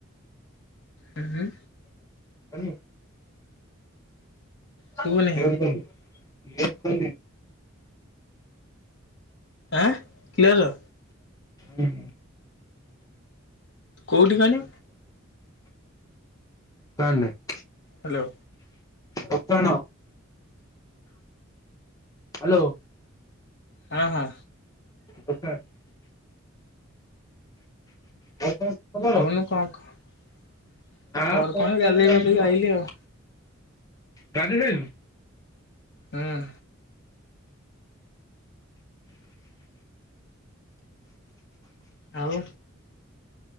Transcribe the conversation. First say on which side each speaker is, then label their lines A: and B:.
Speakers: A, on the left; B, on the left.
A: ହୁଁ ହୁଁ।
B: କଲୁ।
A: ଶୁଭୁନି
B: <unintelligible>
A: ଆଁ କ୍ଲିଅରର
B: ହୁଁ।
A: କୋଉଠି କହନି?
B: ପ୍ଲାନ୍ ନାହିଁ।
A: ହ୍ୟାଲୋ।
B: ଦୋକାନ। ହ୍ୟାଲୋ।
A: ହଁ ହଁ।
B: <unintelligible> ଆଉ କଣ ଖବର?
A: କହୁନୁ କ ଖବର
B: ନା
A: କଣ
B: ଖବର
A: ଏଇ ଗାଧେଇ ଫାଧେଇ
B: ବସିଚି।
A: କି ଆଇଲି ଆଉ।
B: ଗାଧେଇ ସାଇଲୁଣି।
A: ହୁଁ। ଆଉ